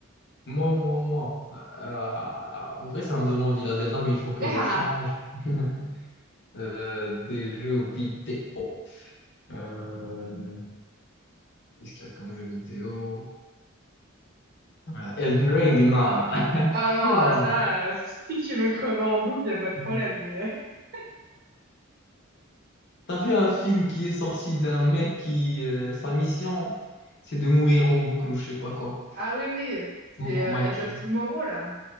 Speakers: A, on the left; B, on the right.
A: moi, moi, moi. euh, en vrai, ça me donne envie la Zelda, mais il faut que
B: <laughs>
A: je change <laughs> euh, des jeux vidéo. Euh, qu'est-ce qu'il y a comme jeu vidéo? Euh, Elden Ring, non.
B: Ah
A: <laughs>
B: non,
A: Non,
B: euh, ça,
A: non,
B: euh, si tu veux crever en boucle, il n'y a pas de
A: non.
B: problème. Mais... <laughs>
A: T'as vu un film qui est sorti d'un mec qui, euh, sa mission, c'est de mourir en boucle ou je sais pas quoi.
B: Ah oui, oui, c'est
A: M-
B: euh,
A: Mikey.
B: Edge of Tomorrow, là.